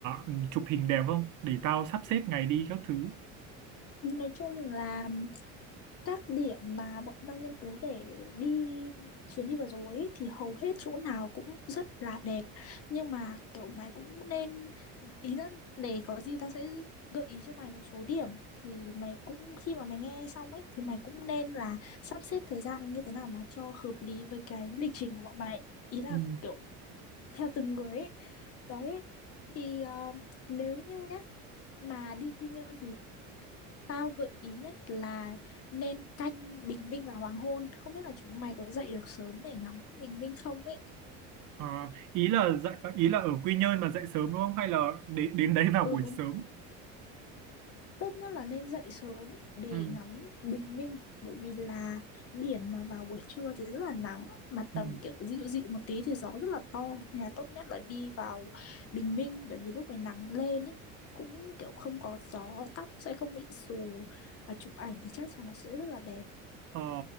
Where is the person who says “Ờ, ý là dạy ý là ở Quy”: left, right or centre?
Right